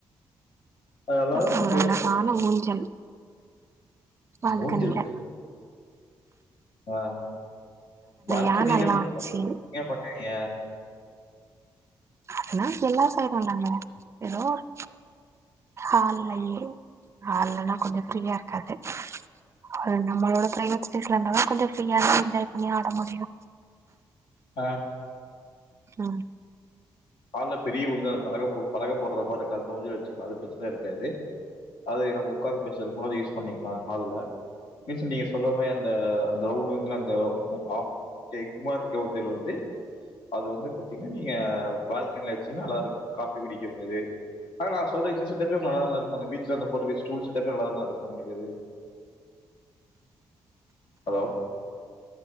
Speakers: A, on the left (about 75°); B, on the right (about 35°).
A: அது நல்லாதா
B: <unintelligible>
A: இருக்கும்
B: ஒரு அழகான ஊஞ்சல் நாங்க
A: ஊஞ்சல்
B: கன்டில்ல
A: ஆ பால்கனில
B: யானல்லா
A: <inaudible>
B: வச்சு
A: என்னையா பண்ணுவீங்க
B: அதலா எல்லா சைடுனாங்க ஏதோ ஒரு ஹால்லையே ஹால்லன்னா கொஞ்ச ஃப்ரீயா ருக்காது அது நம்மளோட பிரைவேட் பிளேஸ்ல ருந்தாதா கொஞ்ச ஃப்ரீயாவே என்ஜாய் பண்ணி ஆட முடியு
A: ஆ
B: ம்
A: ஹால்ல பெரிய ஊஞ்ஞலா பலக போட் பலக போட்றப்பா ருக்கு அந்த ஊஞ்சல் வச்சுக்லா அது பிரச்சன இருக்காது அதே நம்ம உக்காந்து பேசுற மாரி யூஸ் பண்ணிக்கலா ஹால்ல மீஸ் நீங்க சொல்ல மாரி அந்த அந்த ஊர் வந்து அந்த ஆ முட்ட எக்மோர் ருக்க ஊஞ்சல் வந்து அது வந்து பாத்தீங்னா நீங்க பால்கனில வச்சிங்னா நல்லார்க்கு காஃபி குடிக்கிற மாரியே ஆ நா சொல்றே இந்த செட்டப்பே நல்லாதான ருக்கு இப்ப இந்த பீச்ல அந்த போட்ருக்க ஸ்டூல் செட்டப்பே நல்லாதானே இருக்கு உங்கள்க்கது ஹலோ